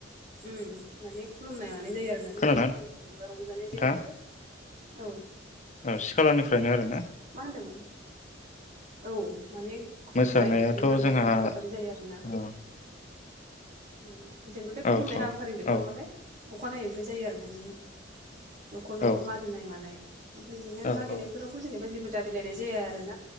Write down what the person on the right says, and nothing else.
उम माने खुलुमनाय मा नाय जायो आरो ना जोंना
<unintelligible> जेनेबा रंजानाय
जायाबाबो औ
मा होनदोंमोन औ माने खुलुमलायनाय
बिदिनो मान
बावनाय हाबाफारि जायो आरोना
ओम जेनेबा बे
खुलुमनाय हाबाफारि जोबखांबाथाय
अखानायैनिफ्राय जायो आरोना इदिनो न'खर न'खर
मागिनाय मानाय ओमफ्राय बिदिनो मागिनायफोराव
फुजिनाय <unintelligible> दाबिलाइनाय जाया आरो ना